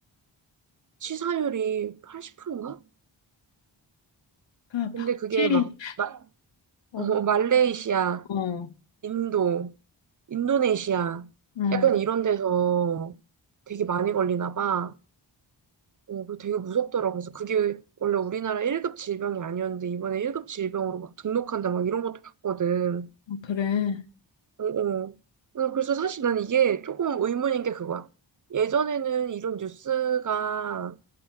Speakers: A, on the right (about 40°); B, on the left (about 70°).
A: 치사율이 80%인가?
B: 아,
A: 근데
B: 박쥐.
A: 그게 막 마,
B: 어,
A: 어, 말레이시아,
B: 어.
A: 인도, 인도네시아
B: 어.
A: 약간 이런 데서 되게 많이 걸리나 봐. 어, 그 되게 무섭더라고. 그래서 그게 원래 우리나라 1급 질병이 아니었는데 이번에 1급 질병으로 막 등록한다 막 이런 것도 봤거든.
B: 어, 그래.
A: 어, 어. 어, 그래서 사실 난 이게 조금 의문인 게 그거야. 예전에는 이런 뉴스가